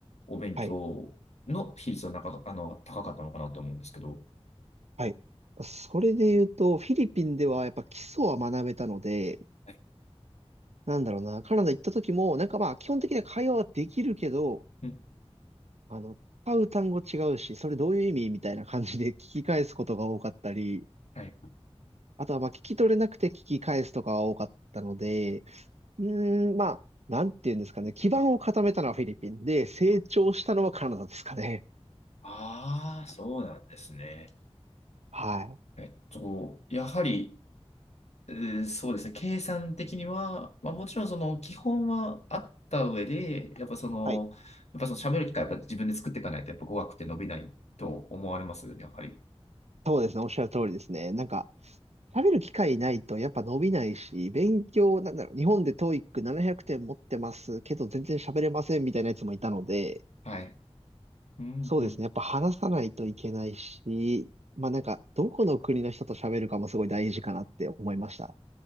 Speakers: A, on the left (about 85°); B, on the right (about 80°).
A: お勉強の比率はなか、
B: はい、
A: あの、高かったのかなと思うんですけど。
B: はい。それで言うと、フィリピンではやっぱ基礎は学べたので、
A: はい。
B: なんだろうな、カナダ行った時も、なんかまあ基本的な会話はできるけど、
A: うん。
B: あの、使う単語違うし、それどういう意味みたいな感じで聞き返すことが多かったり、
A: はい。
B: あとは、まあ、聞き取れなくて聞き返すとかは多かったので、うーん、まあ、なんていうんですかね。基盤を固めたのはフィリピンで、成長したのはカナダですかね。
A: ああ、そうなんですね。
B: はい。
A: えっと、やはり、うーそうですね、計算的には、まあ、もちろんその基本はあった上で、やっぱその、
B: はい。
A: やっぱその喋る機会やっぱ自分で作っていかないと、やっぱ語学って伸びないと思われますよね、やっぱり。
B: そうですね。おっしゃる通りですね。なんか、喋る機会ないとやっぱ伸びないし、勉強、なんだろう、日本で TOEIC 700点持ってますけど全然喋れませんみたいなやつもいたので、
A: はい。うんうん。
B: そうですね。やっぱ話さないといけないし、まあなんか、どこの国の人と喋るかもすごい大事かなって思いました。